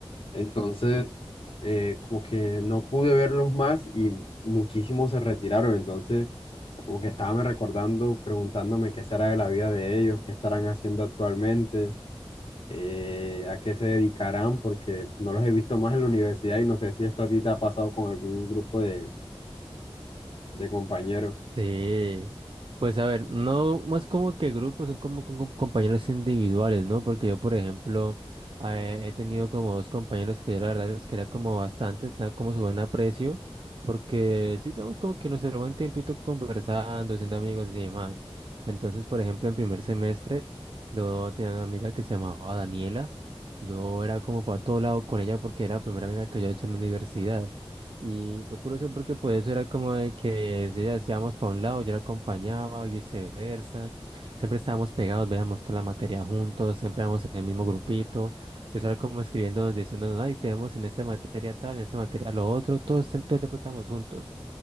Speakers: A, on the left; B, on the right.
A: entonces eh, como que no pude verlos más y muchísimos se retiraron, entonces como que estaba me recordando, preguntándome qué será de la vida de ellos, qué estarán haciendo actualmente, eh, a qué se dedicarán, porque no los he visto más en la universidad y no sé si esto a ti te ha pasado con algún grupo de, de compañeros.
B: Sí, pues a ver, no, no es como que grupos, son como, con- con compañeros individuales, ¿no? Porque yo, por ejemplo, eh, he tenido como dos compañeros que yo la verdad es que era como bastante, estaba como su buen aprecio, porque sí tenemos como que nuestro buen tiempito conversando, siendo amigos y demás. Entonces, por ejemplo, en primer semestre, yo tenía una amiga que se llamaba Daniela, yo era como para todo lado con ella porque era la primera amiga que yo he hecho en la universidad. Y fue curioso porque pues eso era como de que si ella decía vamos para un lado, yo la acompañaba y viceversa. Siempre estábamos pegados, veíamos toda la materia juntos, siempre éramos en el mismo grupito. Eso era como escribiendo, diciéndonos, ay, tenemos en esta materia tal, en esta materia lo otro, todos siempre todo el tiempo estábamos juntos.